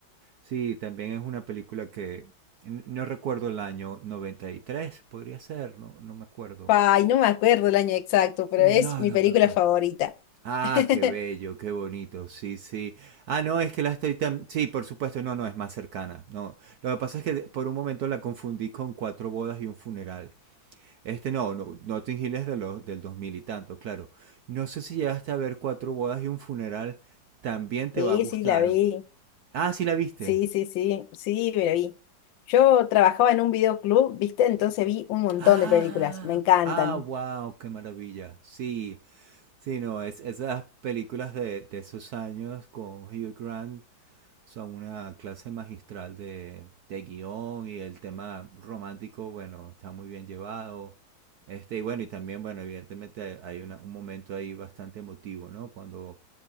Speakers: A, on the right (about 70°); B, on the left (about 75°).
A: Sí, también es una película que n- no recuerdo el año 93, podría ser, no, no me acuerdo.
B: Ay, no me acuerdo el año exacto, pero
A: No,
B: es mi
A: no
B: película
A: me acuerdo.
B: favorita.
A: Ah,
B: <laughs>
A: qué bello, qué bonito, sí, sí. Ah, no, es que la estoy tan... Sí, por supuesto, no, no, es más cercana. No, lo que pasa es que de- por un momento la confundí con Cuatro bodas y un funeral. Este no, no, Notting Hill es de los, del 2000 y tanto, claro. No sé si llegaste a ver Cuatro bodas y un funeral, también te
B: Sí,
A: va a gustar.
B: sí, la vi.
A: Ah, sí la viste.
B: Sí, sí, sí. Sí, me la vi. Yo trabajaba en un videoclub, ¿viste? Entonces vi un montón
A: Ah,
B: de películas. Me encantan.
A: ah, wow, qué maravilla. Sí, sí, no, es, esas películas de, de esos años con Hugh Grant son una clase magistral de, de guión y el tema romántico, bueno, está muy bien llevado. Este, y bueno, y también, bueno, evidentemente hay, una- un momento ahí bastante emotivo, ¿no? Cuando